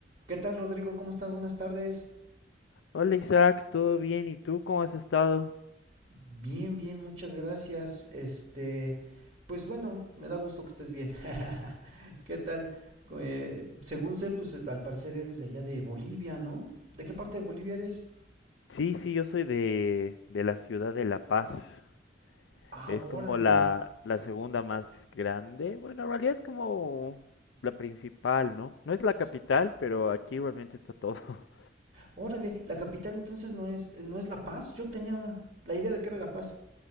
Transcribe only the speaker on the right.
¿Qué tal, Rodrigo? ¿Cómo estás? Buenas tardes.
Bien, bien, muchas gracias. Este, pues bueno, me da gusto que estés bien. <laughs> ¿Qué tal? Co- eh, según sé, pues al parecer eres de allá de Bolivia, ¿no? ¿De qué parte de Bolivia eres?
Ah,
órale.
S-
Órale, la capital entonces no es no es La Paz. Yo tenía la idea de que era La Paz.